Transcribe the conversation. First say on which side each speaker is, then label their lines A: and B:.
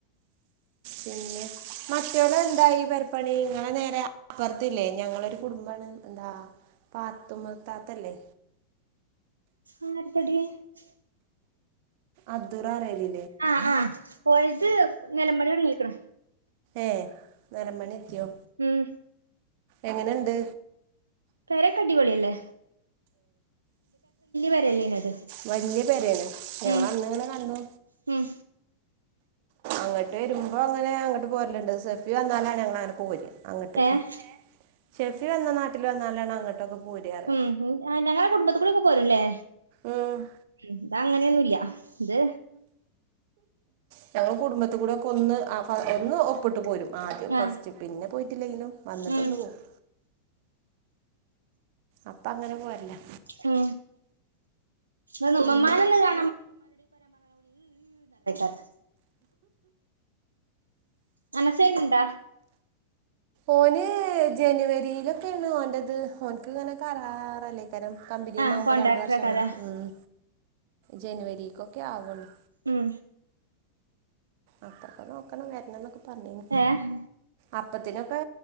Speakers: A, on the right; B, on the right.
A: പിന്നെ മറ്റേളം എന്താ ഈ പൊരപ്പണി ഇങ്ങളെ നേരെ അപ്പുറത്തില്ലേ ഞങ്ങളൊരു കുടുംബാണ് എന്താ പാത്തുമ്മത്താത്തല്ലേ
B: ആഹ് <unintelligible>
A: അധൂററേവി
B: ആഹ് ആഹ് ഓലത് നില പണി തുടങ്ങിക്കണു
A: ഏഹ് നിലപണി എത്തിയോ
B: ഉം
A: എങ്ങനെണ്ട്
B: പെരകടിപൊളി അല്ലെ പെരയല്ലേനോ അത്
A: വലിയ പേരാണ് ഞങ്ങ
B: ഉം
A: അന്നങ്ങനെ കണ്ടു
B: ഉം
A: അങ്ങോട്ട് വരുമ്പോ അങ്ങനെ അങ്ങോട്ട് പോരലുണ്ട് സെഫി വന്നാലാണ് ഞങ്ങ അങ്ങനെ പോര് അങ്ങോട്ടേക്ക്
B: ഏഹ്
A: ഷെഫി വന്ന നാട്ടിൽ വന്നാലാണ് അങ്ങോട്ടൊക്കെ പോരാറ്
B: ഉം ഹ് ആഹ് ഞങ്ങളുടെ കുടുംബത്തി കൂടെക്കെ പോരുംല്ലേ
A: ഉം
B: ഇതങ്ങനെയൊന്നുംല്ല ഇത്
A: ഞങ്ങളുടെ കുടുംബത്തിൽ കൂടെയൊക്കെ ഒന്ന് ആഹ് ഒന്ന് ഒപ്പിട്ട് പോരും ആദ്യം ഫസ്റ്റ്
B: ആഹ്
A: പിന്നെ പോയിട്ടില്ലെങ്കിലും വന്നിട്ടൊന്ന്
B: ഉം
A: പോകും അപ്പൊ അങ്ങനെ പോരല്ലാ
B: ഉം ആഹ് ഉമ്മമാന
A: പിന്നെ
B: കാ <unintelligible> <unintelligible> ആന ശരി ഇണ്ടാ
A: ഓന് ജനുവരിയിലൊക്കെയാണ് ഓൻന്റെത് ഓനക്ക് ഇങ്ങനെ കരാറല്ലേ അക്കരം കമ്പനിന്ന്
B: ആഹ്
A: ആകുമ്പോൾ
B: കോൺട്രാക്ടറേക്കാരം
A: രണ്ട് വർഷം അങ്ങനെ ഉം ജനുവരിക്ക്ക്കെ ആവുള്ളൂ
B: ഉം
A: അപ്പക്കെ നോക്കണ വരണന്നൊക്കെ പറഞ്ഞിന്
B: ഏഹ്
A: അപ്പത്തിനൊക്കെ